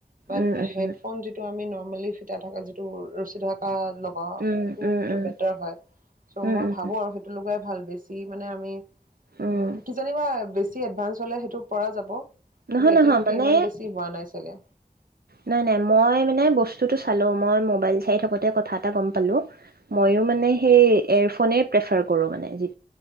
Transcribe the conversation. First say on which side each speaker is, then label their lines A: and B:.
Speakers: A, on the right (about 60°); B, on the right (about 80°).
A: বাট
B: উম, উম,
A: হেটফুন
B: উম,
A: যিটো আমি নৰ্মে মেইনলি ফিটা থাকে যিটো ৰছী থকা লগাও
B: উম,
A: সেইটো
B: উম,
A: সেইটো
B: উম,
A: বেটাৰ হয় চ'
B: উম,
A: মই ভাবো
B: উম,
A: আৰু সেইটো ৱে ভাল বেছি মানে আমি
B: উম,
A: উ, কিজানিবা বেছি বেছি এডভাঞ্চ হ'লে, সেইটো পৰা যাব।
B: নহয়,
A: কিন্তু এতিয়ালৈকে
B: নহয় মানে
A: ইমান বেছি হোৱা নাই চাগে।
B: নাই, নাই, মই মানে বস্তুটো চালো মই মোবাইল চাই থাকোঁতে কথা এটা গম পালো মইয়ো, মানে সেই এয়েফনে প্ৰেফাৰ কৰো মানে যি